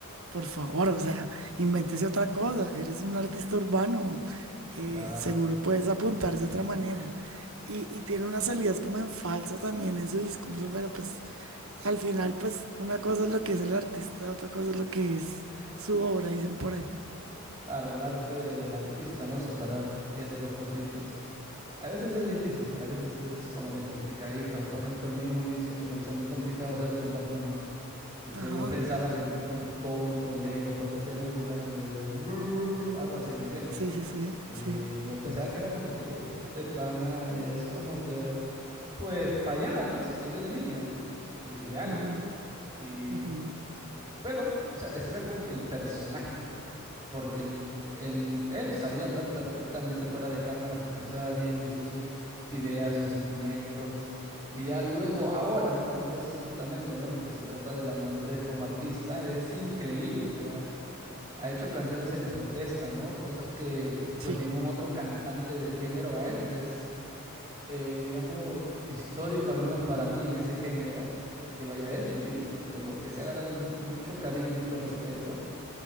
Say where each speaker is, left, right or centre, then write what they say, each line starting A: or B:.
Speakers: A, on the right; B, on the right.
A: por favor, o sea, invéntese otra cosa, eres un artista urbano, eh,
B: claro.
A: seguro puedes apuntar de otra manera. Y, y tiene unas salidas como en falsa también en su discurso, pero pues al final, pues una cosa es lo que es el artista, otra cosa es lo que es su obra, dicen por ahí.
B: Claro, el arte del artista, ¿no? Separar esas dos cositas. A veces es difícil, a veces es como que complicadito. Por ejemplo, a mí en un inicio me parecía muy complicado hacerlo con Bad Bunny. Tipo,
A: Ajá,
B: yo pensaba que el tipo era un tonto, lelo, porque hacía música, ¿no? De ru, ru, ru, algo así, ¿me entiendes?
A: sí, sí, sí,
B: Y
A: sí.
B: yo pensaba que era como que este pana es como que, pues fallado, ¿no? Se cayó de niño de- y de alto.
A: Ujú,
B: Y,
A: ujú,
B: pero, o sea, este era como que el personaje, porque el, el- él sabía hablar perfectamente fuera de cámara, se expresaba bien, decía sus ideas, sus sentimientos. Y ya luego, ahora, ¿no? Como es justamente, ¿no? Lo que se trata de la madurez como artista, es increíble, o sea ha hecho canciones en protesta, ¿no? Cosas que
A: Sí.
B: pues ningún otro cantante del género ha hecho. O sea, es, eh, digamos, histórico, al menos para mí, en ese género, que lo haya hecho y como que se ha ganado mu- mucho cariño y mucho respeto.